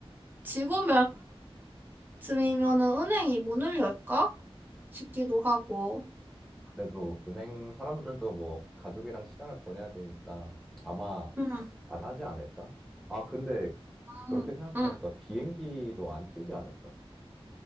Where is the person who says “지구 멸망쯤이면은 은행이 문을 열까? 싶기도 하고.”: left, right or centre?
Right